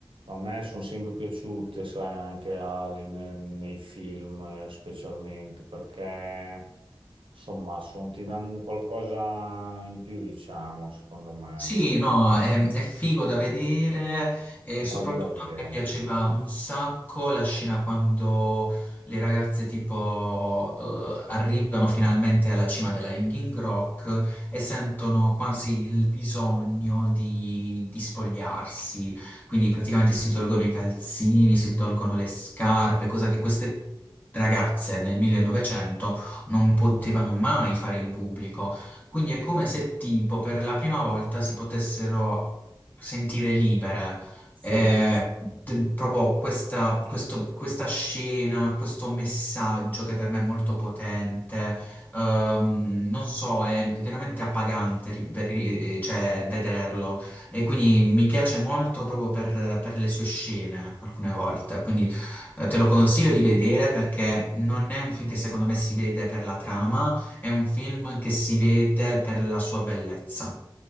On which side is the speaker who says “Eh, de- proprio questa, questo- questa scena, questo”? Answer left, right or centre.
Left